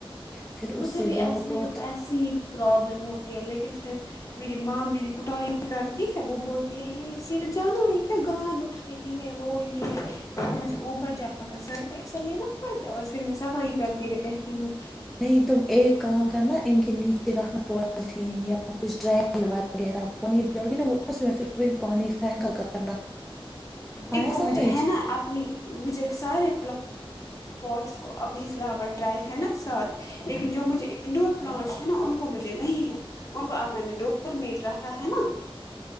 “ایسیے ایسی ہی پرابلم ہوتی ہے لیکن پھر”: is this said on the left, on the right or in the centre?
Left